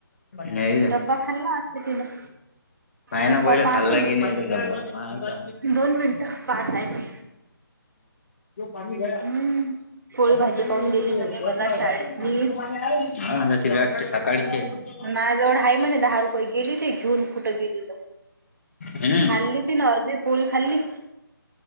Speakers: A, on the left; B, on the right.
A: नाही का?
B: डब्बा खाल्ला वाटत तिनं.
A: पाय
B: डब्बा
A: ना पहिलं
B: पाहतो
A: खाल्ला
B: मी
A: की नाही तो डब्बा पाहायचा.
B: दोन मिनिट पाहतय मी.
A: पाणी गया
B: हम्म पोळी
A: अभी
B: भाजी
A: भी
B: पाहून दिली म्हणे
A: वष
B: मला
A: <unintelligible>
B: शाळेतली
A: ह त सकाळीचे <unintelligible>
B: मायाजवळ आहे म्हणे दहा रुपये गेली ती घेऊन कुठं गेली त.
A: हूं!
B: खाल्ली ती न अर्दी पोळी खाल्ली.